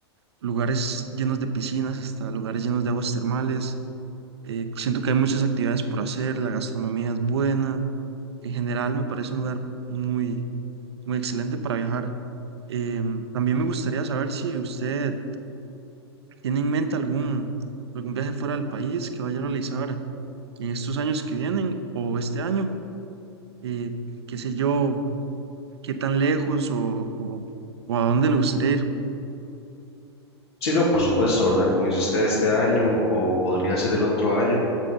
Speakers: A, on the right; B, on the left.
A: lugares llenos de piscinas hasta lugares llenos de aguas termales. Eh, siento que hay muchas actividades por hacer, la gastronomía es buena. En general me parece un lugar muy, Muy excelente para viajar. Em, también me gustaría saber si usted tiene en mente algún, algún viaje fuera del país que vaya a realizar en estos años que vienen o este año. Eh, qué sé yo, qué tan lejos o, o, o a dónde le gustaría ir.
B: Sí, no, por supuesto, ¿verdad? Como dice usted, este año o podría ser el otro año.